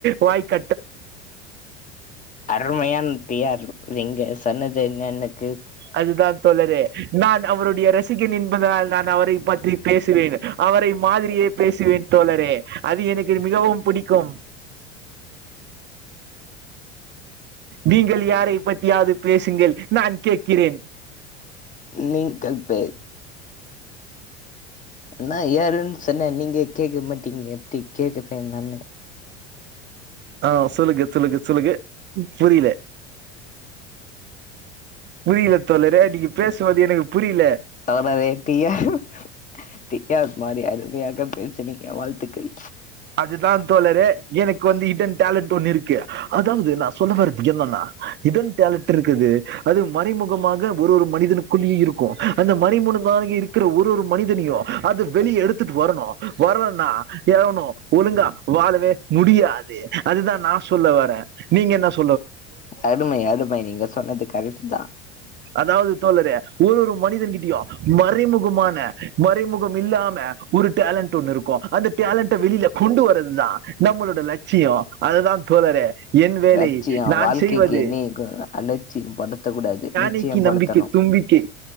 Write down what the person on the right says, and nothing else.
வாய்கட்
அதுதான் தோழரே நான் அவருடைய ரசிகன் என்பதனால் நான் அவரை பற்றி பேஸ் றேன் அவரை மாதிரியே பேசுவேன் தோழரே அது எனக்கு மிகவும் புடிக்கும் நீங்கள் யாரை பத்தியாவது பேசுங்கள் நான் கேக் கிறேன்
ஆ சொல்லுங்க சொல்லுங்க சொல்லுங்க புரியில புரியில தோழரே நீங்க பேசும்வது எனக்கு புரியில
அதுதான் தோழரே எனக்கு வந்து ஹிடன் டேலண்ட் ஒண்ணு இருக்கு அதாவது நான் சொல்ல வரத் என்னன்னா ஹிடன் டேலண்ட் இருக்குது அது மறைமுகமாக ஒரு ஒரு மனிதனுக்குள்ளேயே இருக்கு அந்த மறைமுனுக்காங்கி இருக்கிற ஒரு ஒரு மனிதனியோ அது வெளிய எடுத்துட்டு வரணு வரன்னா ஏனு ஒழுங்கா வாழவே முடியாது அதுதான் நான் சொல்ல வர நீங்க என்னஸ்
அதாவது தோழரே ஒரு ஒரு மனிதன் கிட்டயு மறைமுகமான மறைமுகம் இல்லாம ஒரு டேலண்ட் ஒண்ணு இருக்கு அந்த டேலண்ட்ட வெளில கொண்டு வரதுதா நம்மளோட லட்சியோ அதுதான் தோழரே என் வேலை
நான்
செய்வது
இன்னிக்கு நம்பிக்கை
தும்பிக்கை